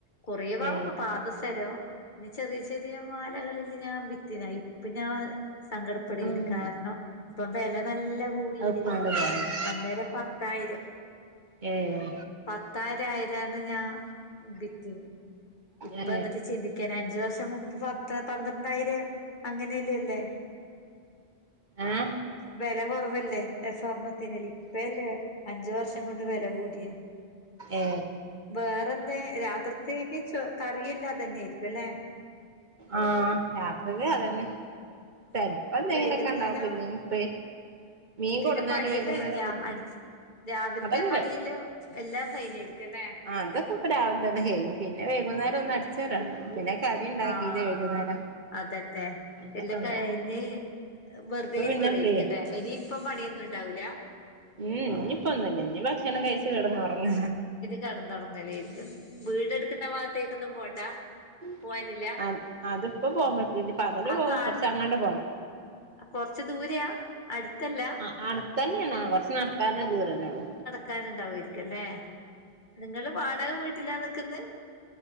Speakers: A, on the left; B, on the right.
A: കൊറേവാവ്.
B: ഏ
A: പാദസരോ പിന്നെ ചെറിയ ചെറിയ മാലകളെല്ലെ ഞാൻ വിറ്റ്ന് അയിപ്പ ഞാൻ സങ്കടപ്പെടേന്
B: ഉം
A: കാരണം ഇപ്പം വെല നല്ല കൂടീലെ?
B: അത് ഉപ്പാന്റെ പോയത്
A: അന്നേര പത്തായിരം
B: ഏഹേ
A: പത്തായിരം ആയിരന്ന് ഞാൻ ബിറ്റിന്ന് ഇപ്പ
B: ഏ
A: എന്നട്ട്. ചിന്തിക്ക കെ അഞ്ച് വർഷം മുമ്പ് പത്ത് പന്ത്രണ്ടായിരം അങ്ങനെയല്ലേല്ലേ
B: ഏഹേ?
A: വെല കൊറവല്ലേ സ്വർണത്തിനില്ലി ഇപ്പയല്ലേ അഞ്ച് വർഷ കൊണ്ട് വെല കൂടിയേ
B: ഏ
A: ബേറെന്തേ രാത്രിത്തേക്ക് ചോ കറിയല്ലാ അതന്നെയിരിക്കുലേ?
B: ആഹാ രാത്രികക്ക്
A: ആഹ്
B: അതന്നെ ചെൽപ്പന്തെങ്കിലൊക്കെണ്ടാകും
A: വൈകുന്നേരം
B: ഇല്ലെങ്കി <unintelligible>
A: പിന്നെ
B: കൊടുന്നാല്
A: പണിയെല്ലൊര്ങ്ങ്യയൊ?
B: വൈകുന്നേരം കൊടുന്ന
A: അടിച് രാവിൽത്തെ
B: അതൊക്കെ
A: പണിയിലു
B: കഴി
A: എല്ലാം കൈയെഞെര്ക്കല്ലേ?
B: ആ അതൊക്കെ ഇപ്പ രാവിലെ തന്നെ കഴിയും പിന്നെ വൈകുന്നേരൊന്ന് അടിചരാന്ണ്ട് പിന്നെ കടിണ്ടാക്കിന്ന്
A: ആഹ്
B: വൈകുന്നേരം..
A: അതന്നെ
B: അതൊക്കെ
A: എല്ലം
B: ഉണ്ടാവും
A: കഴ്ഞ്ഞ് വെറ്തേ
B: ഇപ്പൊ
A: യിരിക്കലോയിരിക്കുല്ലേ.
B: പിന്നെ ഫ്രീയാ
A: എനിയിപ്പം പണിയൊന്നുണ്ടാവൂല?
B: മ്മ്ഹ് ഇഞ്ഞിപ്പൊന്നുല്ല ഇഞ്ഞി ഭക്ഷണം കയിച് കെടന്നൊറങ്ങ
A: കെടന്നോറങ്ങലേര്ക്കും വീട് ട്ക്കുന്ന ഭാത്തേകൊന്നും പോണ്ട?
B: മ്മ്ഹ്
A: പോവാനില്ല
B: അ അത്പ്പോ പോവാം പറ്റൂല പകല്
A: ആ
B: പോവും
A: കാണുന്ന
B: കൊറച്ചങ്ങാട്ട് പോണം
A: കൊറച്ച് ദൂരെയാ അടുത്തല്ല
B: ആഹ് അട്ത്തന്നേണ് ആ കൊർച് നടക്കാനെ ദൂരന്നൊള്ളൂ
A: ത്താനുണ്ടാവുയിരിക്കല്ലേ? നിങ്ങള് വാടക വീട്ടിലാ നിക്ക്ന്നെ?